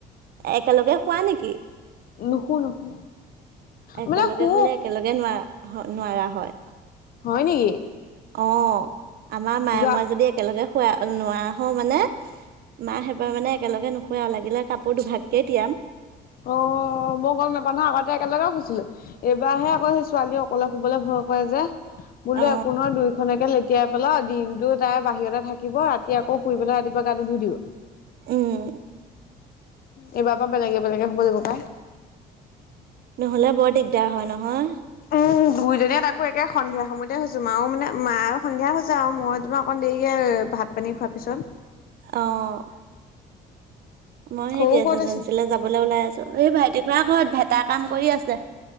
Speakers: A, on the right (about 65°); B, on the left (about 60°).
A: একেলগে খোৱা নেকি?
B: নুশু নুশু।
A: একেলগে
B: মানে শু
A: শুলে একেলগে নোৱাৰা নোৱাৰা হয়।
B: হয় নেকি
A: অ' আমাৰ মায়ে
B: যোৱা
A: মই যদি একেলগে শুৱে নোৱাৰা হ মানে, মা সেইবাৰ মানে একেলগে নুশু লাগিলে কাপোৰ দুভাগকে টিয়াম।
B: অ', মই গম নাপাম নহয়, আগতে একেলগে শুইছিলো। এইবাৰহে আকৌ সেই ছোৱালী অকলে শুবলে ভয় কৰে যে, বোলো
A: অ
B: একো নহয় দুই খনকে লে এতিয়া <unintelligible> দিনটো তাই বাহিৰতে থাকিব ৰাতি আকৌ শুই পেলাই ৰাতি গাটো ধুই দিওঁ,
A: উম
B: এইবাৰ পৰা বেলেগে বেলেগে শুব <unintelligible> পায়।
A: নহ'লে বৰ দিগদাৰ হয় নহয়।
B: উম, দুইজনীয়ে তাকো একে সন্ধিয়া সময়তে শুইছো মাঁও মানে মাঁ সন্ধিয়া হৈছে, আৰু মই তোমাৰ অকণ দেৰিকে ভাত পানী খোৱাৰ পিছত
A: অ মই
B: সৰু
A: সে গেছ
B: ক'ত
A: এজেঞ্চীলৈ
B: আছে
A: যাবলৈ ওলাই আছো, এই ভাইটি খুৰাৰ ঘৰত ভেটাৰ কাম কৰি আছে।